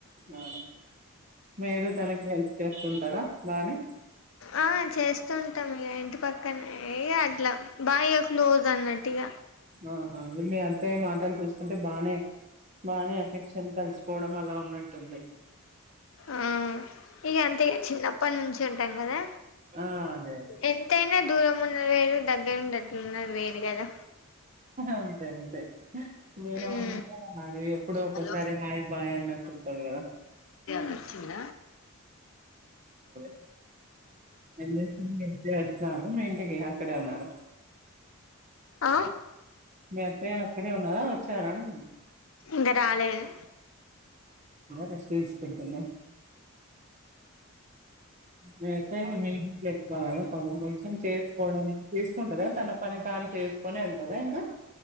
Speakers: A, on the right; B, on the left.
A: ఆ మీరు తనకి హెల్ప్ చేస్తుంటారా బానే
B: ఆ చేస్తుంటాం ఇక ఇంటి పక్కనే అట్లా బాయ్య క్లోజ్ అన్నట్టు ఇగ
A: అవుడి మీ అంతా ఏ మాటలు చూస్తుంటే బాగానే బాగానే ఎఫెక్షన్ కలిసి పోవడం అలా ఉన్నట్టుంది
B: ఆ ఇగ అంతే చిన్నప్పటి నుంచి ఉంటాం కదా
A: ఆ అదే అదే
B: ఎంతైనా దూరం ఉన్న వేరు దగ్గర ఉండట్లు ఉన్నారు వేరు కదా
A: అంతే అంతే దూరం
B: ఉమ్
A: అంటే అది ఎప్పుడు ఒకసారి
B: హలో
A: హాయ్ బాయ్ అన్నట్టు ఉంటది కదా
B: వచ్చింద
A: <unintelligible> వచ్చినడు మీ ఇంటికి అక్కడే ఉన్నారు
B: ఆ
A: మీ అత్తయ్య అక్కడే ఉన్నారా వచ్చారా అండి
B: ఇంకా రాలేదు
A: రెస్ట్ తీసుకుంటుంది వేసా మీ ఎక్వ కదా కొంచం కొంచెం చేసుకోవడం చేస్తుంటందా తన పని కాని చేసుకోని వెళ్తుదా ఇంకా